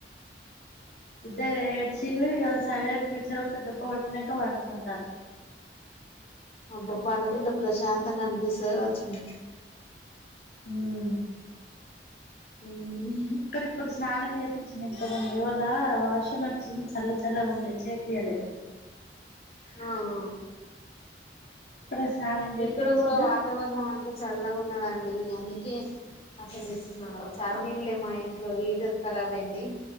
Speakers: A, on the left; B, on the left.
A: ఇద్దరు ఏడుశిల్లు ఇగ సైలెంట్ గా చెరొక దెబ్బ పట్నంక పండుకుంటార్రు
B: అబ్బొ పండుకుంటే ప్రశాంతంగా అనిపిస్తది కావచ్చు మీక్
A: ఉమ్
B: ఉమ్
A: క్కరిప్ ఇప్పుడు స్నానం చేపచ్చింది ఇంతక్ముంద్ ఇవాళ వర్షం వచ్చింది చల్ల చల్ల ఉండే చేపియ్యలే
B: హా ఆ
A: ఇప్పుడు స్నానం చేపిచ్చిన
B: ఇక్కడ కూడా వాతావరణం అంతా చల్లగా ఉన్నదండి అందుకే అసలు ఇచ్చిన చన్నీల్లే మా ఇంట్లో హీటర్ ఖరాబ్ అయింది